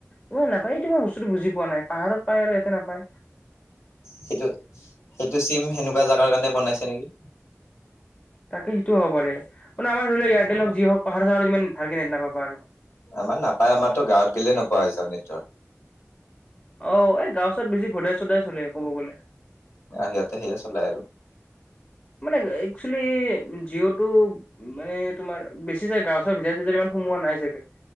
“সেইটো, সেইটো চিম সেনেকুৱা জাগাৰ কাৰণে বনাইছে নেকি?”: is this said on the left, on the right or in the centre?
Left